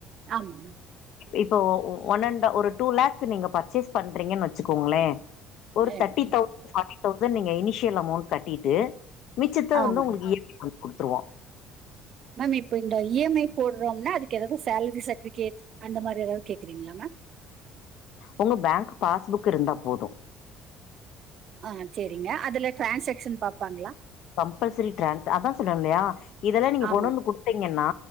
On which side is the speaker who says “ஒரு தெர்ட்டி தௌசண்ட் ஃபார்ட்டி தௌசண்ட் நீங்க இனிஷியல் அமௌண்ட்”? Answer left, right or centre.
Left